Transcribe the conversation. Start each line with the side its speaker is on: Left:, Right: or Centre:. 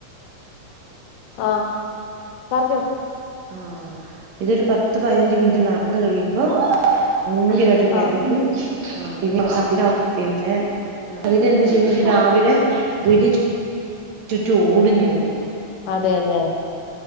Left: ആഹ് പറഞ്ഞോ
Right: ആഹ് ഇതൊരു പത്ത് പയ്നഞ്ച് മിൻറ്റ് നടന്ന് കഴിയുമ്പോ ഭയങ്കെരെ യ്ട്ട് കെതെക്ക്യും
Left: ആഹ്
Right: ആഹ് പിന്നെ ആഹ് പിന്നെ പിന്നെ ആഹ് അതിനെന്ത്‌ ചെയ്യ്ന്നെച്ച രാവിലെ വീടി ചുറ്റും ഓടും ഞാന്
Left: അതേല്ലേ